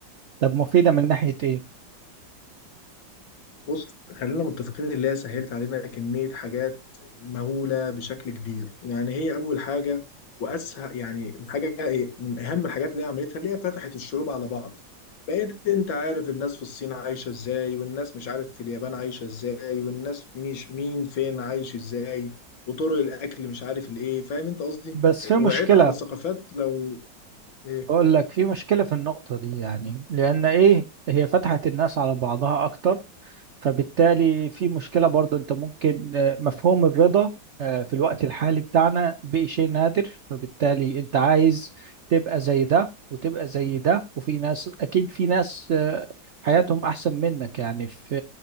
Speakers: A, on the right (about 80°); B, on the left (about 75°).
A: طب مفيدة من ناحية ايه
B: بص خلينا متفقين اللي هي سهلت علينا كمية حاجات مهولة بشكل كبير يعني هي أول حاجة وأسهل يعني الحاجة من أهم الحاجات اللي هي عملتها اللي هي فتحت الشعوب على بعض بقيت أنت عارف الناس في الصين عايشة إزاي والناس مش عارف في اليابان عايشة إزاي والناس مش مين فين عايش إزاي وطرق الأكل مش عارف الإيه فاهم أنت قصدي
A: بس في
B: وعيت
A: مشكلة
B: على ثقافات لو إيه
A: بقول لك في مشكلة في النقطة دي يعني لان ايه هي فتحت الناس على بعضها اكتر فبالتالي في مشكلة برضو انت ممكن آه، مفهوم الرضا آه، في الوقت الحالي بتاعنا بقى شيء نادر فبالتالي انت عايز تبقى زي ده وتبقى زي ده وفي ناس اكيد في ناس آه، حياتهم احسن منك يعني في